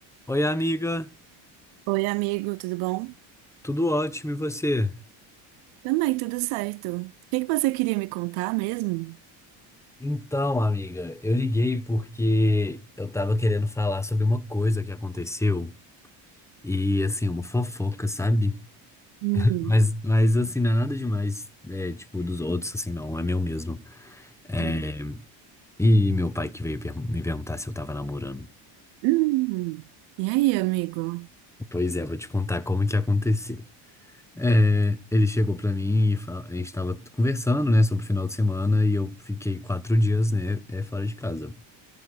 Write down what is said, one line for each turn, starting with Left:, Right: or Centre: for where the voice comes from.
Centre: Oi, amiga,
Right: Oi, amigo, tudo bom?
Centre: tudo ótimo e você?
Right: Também, tudo certo. O que que você queria me contar mesmo?
Centre: Então, amiga, eu liguei porque eu tava querendo falar sobre uma coisa que aconteceu e, assim, uma fofoca, sabe?
Right: Hum,
Centre: Mas, mas assim, não é nada demais, é, tipo, dos outros, assim, não, é meu mesmo. É,
Right: hum,
Centre: e meu pai que veio pergun- me perguntar se eu tava namorando.
Right: hum. E aí, amigo?
Centre: Pois é, vou te contar como que aconteceu. É, ele chegou pra mim e fa- a gente tava conversando, né, sobre o final de semana e eu fiquei quatro dias, né, é, fora de casa.